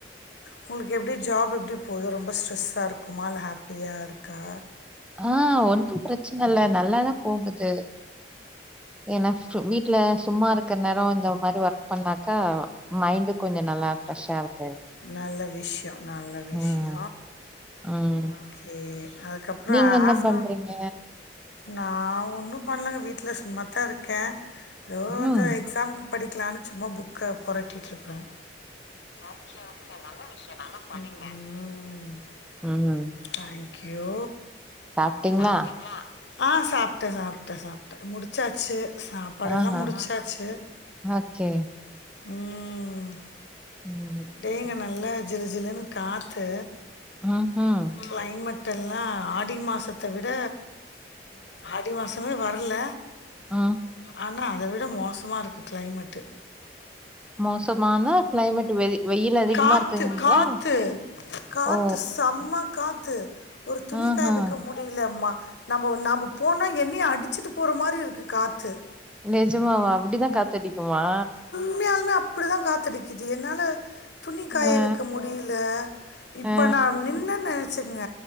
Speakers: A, on the left; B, in the centre.
A: உங்களுக்கு எப்டி ஜாப் எப்டி போகுது ரொம்ப ஸ்ட்ரெஸ்ஸா இருக்குமா இல்லை ஹாப்பியா இருக்கா
B: ஆ ஒன்னும் பிரச்சன இல்ல நல்லாதா போகுது என்ன வீட்ல சும்மா இருக்கற நேரம் இந்த மாதிரி ஒர்க் பண்ணாதா மைண்டு கொஞ்சம் நல்லா ஃப்ரெஷ்ஷா இருக்கு
A: நல்ல விஷ்ய நல்ல விஷ்ய
B: ம் ம்
A: ஓகே அதுக்கப்புறம்
B: நீங்க என்ன
A: ஆப்
B: பண்றீங்க
A: நான் ஒன்னும் பண்ணலங்க வீட்டுல சும்மத்தான் இருக்கேன் ஏதோ
B: ம்
A: வ்சம் எக்ஸாம்க படிக்கலான்னு சும்மா புக்க பபொரட்டிட்ருப்பே ஓகே ஓகே நல்ல விஷயம் நல்லா படிங்க ம்
B: ம்
A: தேங்க்யூ
B: சாப்ட்டீங்களா
A: சாப்டிங்ளா ஆ சாப்ட்டேன் சாப்ட்டேன் சாப் முடிச்சாச்சு சாப்பாடு
B: ஆஹா
A: எல்லாம் முடிச்சாச்சு
B: ஓகே
A: ம்
B: ம்
A: டயங்க நல்லா ஜிலு ஜிலுன்னு காத்து
B: ம்ஹும்
A: கிளைமேட்டல்லாம் ஆடி மாசத்த விட ஆடி மாசம் எதுமே வரல
B: ஆ
A: ஆனா அத விட மோசமா இருக்கு கிளைமேட்டு்
B: மோசமான கிளைமேட் வெயி வெயில் அதிகமா
A: காத்து
B: இருக்குங்கீங்களா
A: காத்து
B: இல்ல
A: காத்து
B: ஓ
A: செம்ம காத்து ஒரு துணிக்காய
B: ஆஹா
A: வக்க முடி ல ஆமா நம்ம நம்ப போனா என்னய அடிச்சுட்டு போற மாரி இருக்கு காத்து
B: நிஜமாவ அப்டிதான் காத்தடிக்குமா
A: உண்மயாலுமே அப்டிதா காத்தடிக்குது என்னால துணிக்காய
B: ஆ
A: வக்க முடில இப்ப
B: ஆ
A: நா நின்னன் நனச்சுங்க